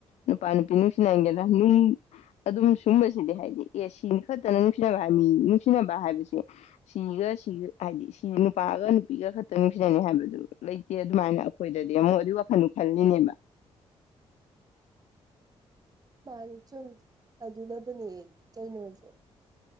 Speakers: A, on the left; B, on the right.
A: ꯄ ꯄꯥꯟ ꯄꯤꯅꯁꯤꯅꯥꯏꯒꯦꯗ ꯑꯗꯨꯝ ꯁꯨꯝꯕꯁꯤꯗꯤ ꯍꯥꯏꯗꯤ ꯑꯦ ꯁꯤꯅꯤ ꯈꯛꯇꯅ ꯅꯨꯡꯁꯤꯅꯕ ꯍꯥꯏ ꯃꯤ ꯅꯨꯡꯁꯤꯅꯕ ꯍꯥꯏꯕꯁꯦ ꯁꯤꯒ ꯁꯤꯒ ꯍꯥꯏꯗꯤ ꯁꯤ ꯅꯨꯄꯥꯒ ꯅꯨꯄꯤꯒ ꯈꯛꯇ ꯅꯨꯡꯁꯤꯅꯅꯤ ꯍꯥꯏꯕꯗꯨ ꯂꯩꯇꯦ ꯑꯗꯨꯃꯥꯏꯅ ꯑꯩꯈꯣꯏꯗꯗꯤ ꯑꯃꯨꯛ ꯑꯗꯨꯒꯤ ꯋꯥꯈꯜꯗꯨ ꯈꯜꯂꯤꯅꯦꯕ
B: ꯃꯥꯅꯤ ꯆꯨꯝꯃꯤ ꯑꯗꯨꯅꯕꯨꯅꯦ ꯀꯩꯅꯣꯁꯦ